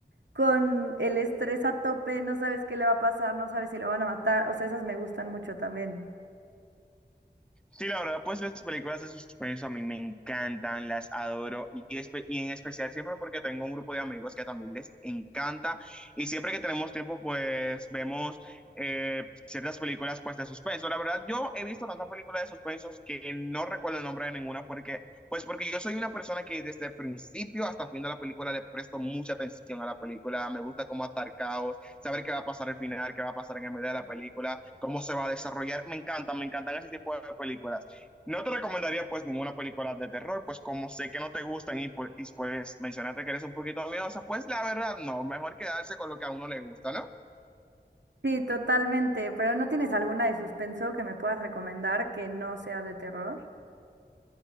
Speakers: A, on the right; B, in the centre.
A: con el estrés a tope, no sabes qué le va a pasar, no sabes si lo van a matar, o sea, esas me gustan mucho también.
B: Sí, la verdad, pues las películas de suspenso a mí me encantan, las adoro y, espe- y en especial siempre porque tengo un grupo de amigos que también les encanta y siempre que tenemos tiempo pues vemos eh, ciertas películas pues de suspenso. La verdad, yo he visto tantas películas de suspenso que no recuerdo el nombre de ninguna porque pues porque yo soy una persona que desde el principio hasta el fin de la película le presto mucha atención a la película, me gusta cómo atar caos, saber qué va a pasar al final, qué va a pasar en el medio de la película, cómo se va a desarrollar. Me encantan, me encantan ese tipo de películas. No te recomendaría pues ninguna película de terror, pues como sé que no te gustan y, pues y pues mencionaste que eres un poquito miedosa, pues la verdad no, mejor quedarse con lo que a uno le gusta, ¿no?
A: Sí, totalmente, pero ¿no tienes alguna de suspenso que me puedas recomendar que no sea de terror?